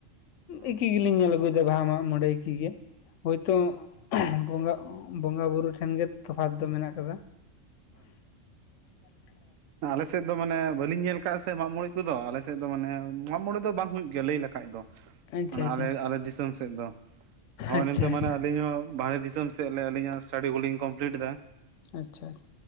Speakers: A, on the right (about 85°); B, on the left (about 75°).
A: ᱚ
B: ᱮᱠᱤ ᱜᱮᱞᱤᱧ ᱧᱮᱞ ᱟᱹᱜᱩ ᱵᱟᱦᱟ ᱢᱟᱜ ᱢᱚᱬᱮ ᱦᱩᱭᱛᱚ ᱵᱚᱸᱜᱟ ᱵᱚᱸᱜᱟ ᱵᱩᱨᱩ ᱴᱷᱮᱱ ᱜᱮ ᱛᱚᱯᱷᱟᱛ ᱫᱚ ᱢᱮᱱᱟᱜ ᱟᱠᱟᱫᱟ ᱦᱮ ᱠᱟᱹ <unintelligible>
A: ᱟᱞᱮᱥᱮᱫ ᱫᱚ ᱢᱟᱱᱮ ᱵᱟᱹᱞᱤᱧ ᱧᱮᱞ ᱟᱠᱟᱫᱼᱟ ᱥᱮ ᱢᱟᱜ ᱢᱚᱬᱤ ᱠᱚᱫᱚ ᱟᱞᱮ ᱥᱮᱫ ᱫᱚ ᱢᱟᱱᱮ ᱢᱟᱜ ᱢᱚᱬᱮ ᱫᱚ ᱵᱟᱝ ᱦᱩᱭᱩᱜ ᱜᱮᱭᱟ ᱞᱟᱹᱭ ᱞᱮᱠᱷᱟᱡ ᱫᱚ
B: ᱟᱪᱪᱷᱟ
A: ᱚᱱᱟ
B: ᱟᱪᱪᱷᱟ
A: ᱟᱞᱮ ᱟᱞᱮ ᱫᱤᱥᱚᱢ ᱥᱮᱫ ᱫᱚ ᱦᱚᱸᱜᱼᱚᱭ
B: ᱟᱪᱪᱷᱟ
A: ᱱᱛᱮᱳ
B: ᱟᱪᱪᱷᱟ
A: ᱢᱟᱱᱮ ᱟᱞᱤᱧ ᱦᱚᱸ ᱵᱟᱦᱮᱨᱮ ᱫᱤᱥᱚᱢ ᱥᱮᱫ ᱪᱮᱫ ᱟᱹᱞᱤᱧᱟᱜ ᱥᱴᱟᱰᱤ ᱠᱚᱞᱤᱧ ᱠᱚᱢᱯᱞᱤᱴ ᱮᱫᱟ᱾
B: ᱟᱪᱪᱷᱟ ᱟᱪᱪᱷᱟ᱾